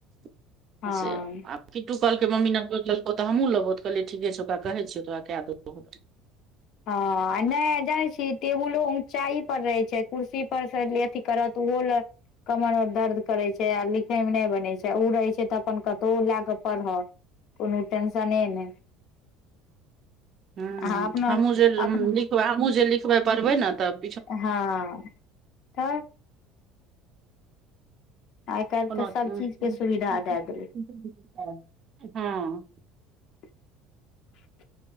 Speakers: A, on the right (about 35°); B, on the left (about 55°).
A: <inaudible>
B: हँ
A: से आब किटू कहलकै मम्मी <unintelligible> तऽ हमहूँ लेब तऽ कहलै ठीके छै ओकरा कहै छियै तौरा कए देतौ
B: ह आ नैय जाय छी टेबुलो ऊँचाइपर रहैय छैय कुर्सी पर से अथी करत ओहो लए कमर अ दर्द करैय छैय आ लिखै में नैय बनैय छैय ओ रहै छैय तऽ अपन कतौ लए कऽ पढ़ह कोनो टेंशने नैय
A: <unintelligible>
B: आहाँ अपना
A: हमहूँ जे लिखबै
B: अपना
A: हमहुँ जे लिखबै पढ़बै न तब
B: हंऽ <inaudible> त आइ काल्हि
A: कोनो
B: तऽ सब
A: <unintelligible>
B: चीज के सुविधा दए देलै
A: हं
B: <unintelligible>